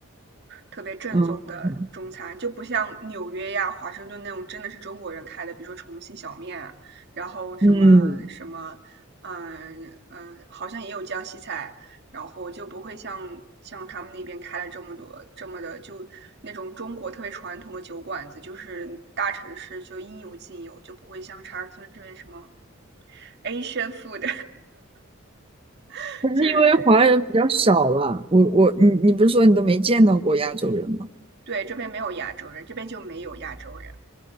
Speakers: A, on the right; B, on the right.
A: 特别正宗的中餐，
B: 嗯
A: 就不像纽约呀、华盛顿那种真的是中国人开的，比如说重庆小面啊，然后什么什么，
B: 嗯，
A: 嗯嗯，好像也有江西菜，然后就不会像像他们那边开了这么多这么的，就那种中国特别传统的酒馆子，就是大城市就应有尽有，就不会像查尔斯这边什么 Asian food，<laughs>
B: 可是因为华人比较少吧，
A: 就是这样。
B: 我我你你不是说你都没见到过亚洲人吗？
A: 对，这边没有亚洲人，这边就没有亚洲人，